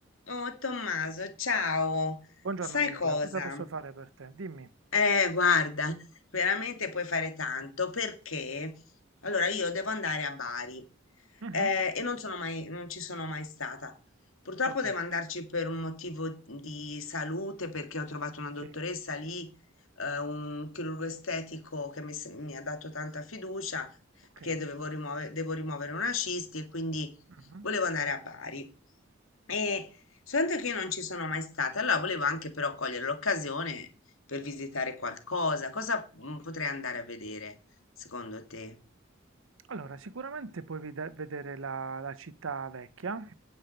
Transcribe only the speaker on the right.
Buongiorno
Nicla,
cosa posso fare per te? Dimmi.
Mhm.
Ok,
sì,
ok.
Mhm.
Allora, sicuramente puoi vede- vedere la, la città vecchia,